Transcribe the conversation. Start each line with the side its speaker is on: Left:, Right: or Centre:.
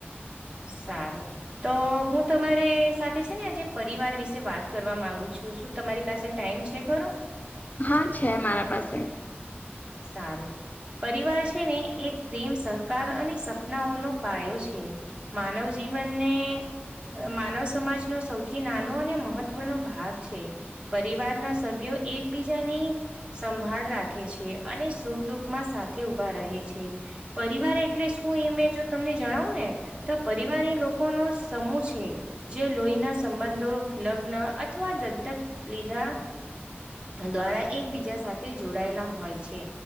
Right: સારું. તો હું તમારે સાથે છે ને આજે પરિવાર વિશે વાત કરવા માંગુ છું શું. તમારી પાસે ટાઈમ છે ખરો?
Left: હા છે મારા પાસે.
Right: સારું. પરિવાર છે ને એક પ્રેમ સહકાર અને સપનાઓનો પાયો છે. માનવ જીવનને માનવ સમાજનો સૌથી નાનો અને મહત્વનો ભાગ છે. પરિવારના સભ્યો એકબીજાની સંભાળ રાખે છે. અને સુખ દુઃખ માં સાથે ઉભા રહે છે. પરિવાર એટલે શું એ મેં જો તમને જણાવું ને તો પરિવાર એ લોકો નો સમૂહ છે. જે લોહીના સંબંધો લગ્ન અથવા દંતક લીધા દ્વારા એકબીજા સાથે જોડાયેલા હોય. છે